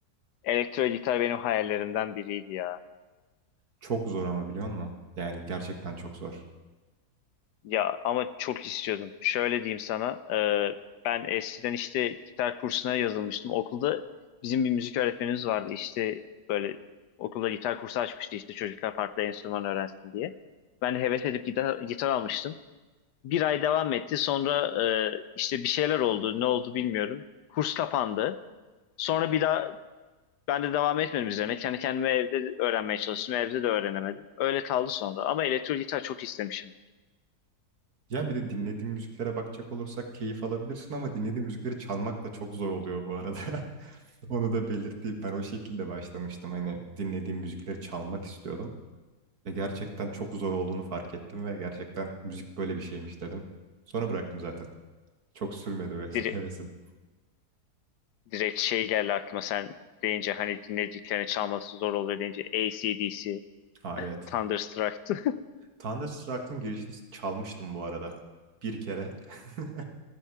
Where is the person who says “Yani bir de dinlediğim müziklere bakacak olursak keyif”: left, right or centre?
Right